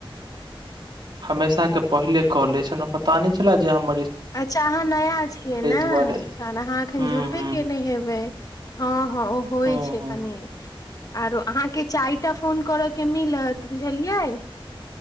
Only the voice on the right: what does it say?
हमेशाे पहिले कले छल पता नहि छले जे हम
दुआरे
हूँ
हूँ
हूँ
हूँ